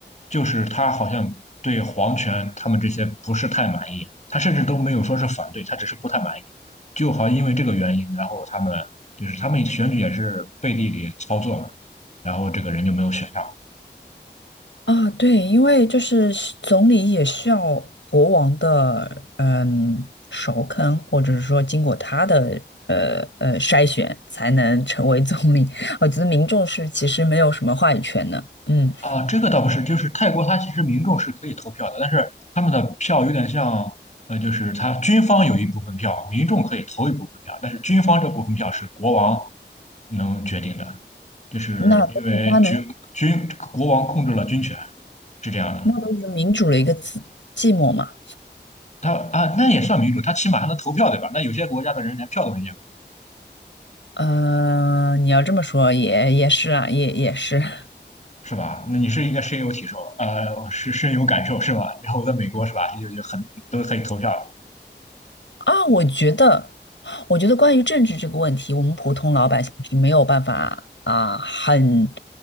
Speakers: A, on the left (about 40°); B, on the left (about 80°).
A: 就是他好像对皇权他们这些不是太满意，他甚至都没有说是反对，他只是不太满意，就好像因为这个原因，然后他们就是他们选举也是背地里操作嘛，然后这个人就没有选上。
B: 啊，对，因为就是是总理也需要国王的嗯首肯，或者是说经过他的呃呃筛选，才能成为总理。<laughs> 我觉得民众是其实没有什么话语权的，嗯，
A: 啊，这个倒不是，就是泰国它其实民众是可以投票的，但是他们的票有点像，呃，就是他军方有一部分票，民众可以投一部分票，但是军方这部分票是国王能决定的，就是因为军军国王控制了军权，
B: 那不是他能，
A: 是这样的。
B: 那都是民主的一个字，寂寞嘛。
A: 他啊，那也算民主，他起码还能投票，对吧？那有些国家的人连票都没见过，
B: 嗯、你要这么说也也是啊，也也是。<laughs>
A: 是吧？那你是应该深有体受，呃，是深有感受，是吧？然后我在美国，是吧？就就很都可以投票，
B: 啊，我觉得，我觉得关于政治这个问题，我们普通老百姓是没有办法啊，很